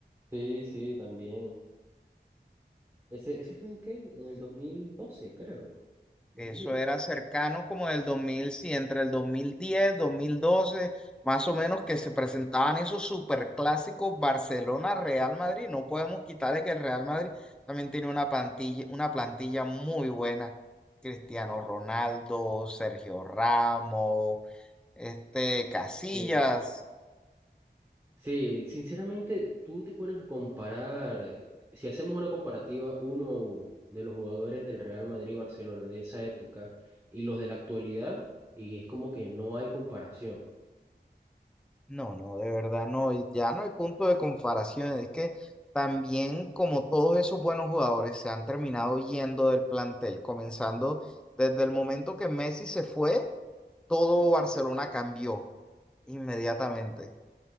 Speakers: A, on the right; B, in the centre.
A: Sí, sí, también. Ese, ¿eso fue en qué? En el 2012 creo, dos
B: Eso
A: mil diez
B: era cercano como del dos mil sí, entre el dos dos mil diez dos mil doce más o menos que se presentaban esos superclásicos Barcelona-Real Madrid. No podemos quitarle que el Real Madrid también tiene una plantilla, una plantilla muy buena. Cristiano Ronaldo, Sergio Ramos, este, Casillas.
A: Sí. Sí, sinceramente, tú te pones a comparar, eh, si hacemos una comparativa uno a uno de los jugadores del Real Madrid y Barcelona de esa época y los de la actualidad, y es como que no hay comparación.
B: No, no, de verdad no, y ya no hay punto de comparación, es que también como todos esos buenos jugadores se han terminado yendo del plantel, comenzando desde el momento que Messi se fue, todo Barcelona cambió inmediatamente.